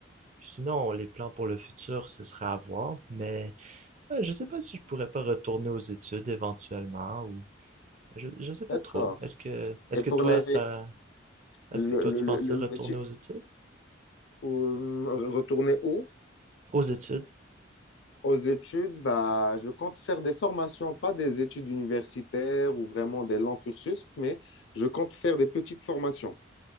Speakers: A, on the right; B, on the left.
A: puis sinon, les plans pour le futur, ce serait à voir. Mais euh, je sais pas si je pourrais pas retourner aux études éventuellement Je, je sais pas
B: D'accord.
A: trop. Est-ce que, est-ce
B: Et pour
A: que toi,
B: les,
A: ça,
B: le,
A: est-ce que toi,
B: le,
A: tu
B: le-
A: pensais
B: le
A: retourner
B: métier,
A: aux études?
B: euh, retourner où?
A: Aux études?
B: Aux études, bah, je compte faire des formations, pas des études universitaires ou vraiment des longs cursus, mais je compte faire des petites formations